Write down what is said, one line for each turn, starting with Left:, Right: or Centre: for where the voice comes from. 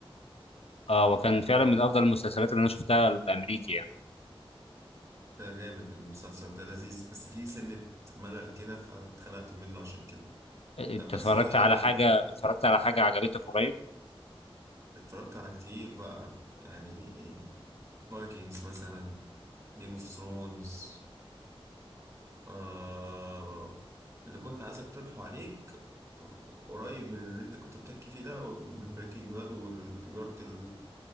Left: آه وكان
Right: و-
Left: فعلا من أفضل المسلسلات اللي أنا شفتها الأمريكي يعني
Right: ده جامد المسلسل ده لذيذ بس فيه سنة ملل كده فاتخنقت منه عشان كده
Left: أنت
Right: بس
Left: اتفرجت
Right: هو ده
Left: على حاجة اتفرجت على حاجة عجبتك قريب
Right: اتفرجت على كتير بقى يعني فايكنجز مثلا جيم اوف ثرونز آه اللي كنت عايز اقترحه عليك قريب من اللي انت كنت بتحكي فيه ده من بريكنج باد وتجارة ال-